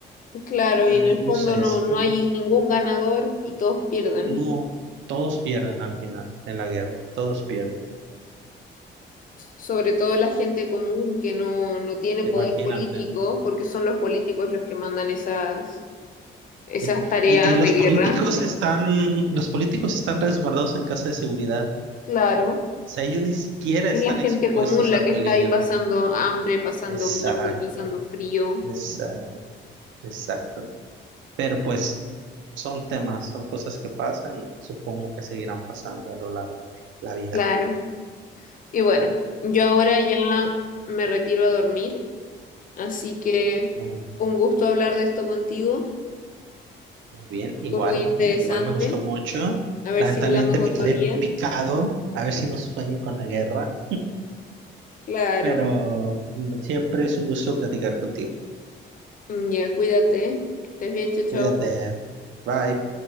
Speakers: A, on the left; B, on the right.
A: Claro,
B: mm,
A: y en el fondo
B: no sé,
A: no,
B: es
A: no
B: muy-
A: hay ningún ganador y todos pierden.
B: no, todos pierden al final en la guerra, todos pierden,
A: Sobre todo la gente común que no, no tiene poder
B: imagínate,
A: político, porque son los políticos los que mandan esas, esas
B: ¿sí?
A: tareas
B: Y, y los
A: de guerra.
B: políticos están, los políticos están resguardados en casa de seguridad,
A: Claro.
B: o sea, ellos ni siquiera
A: Es
B: están
A: la gente
B: expuestos
A: común la
B: al
A: que
B: peligro.
A: está ahí pasando hambre, pasando
B: Exacto,
A: miedo y pasando frío.
B: exacto, exacto. Pero pues son temas, son cosas que pasan y supongo que seguirán pasando a lo largo de la vida.
A: Claro. Y bueno, yo ahora ya me retiro a dormir, así que
B: ¿no?
A: un gusto hablar de esto contigo.
B: Muy bien, igual,
A: Fue muy interesante.
B: igual me gustó mucho.
A: A ver
B: Lamentablemente
A: si hablamos otro
B: me quedé
A: día.
B: picado, a ver si no sueño con la guerra,
A: Claro,
B: pero mm, siempre es un gusto platicar contigo.
A: mm, ya cuídate, que estés bien, chao, chao.
B: Cuídate. Bye.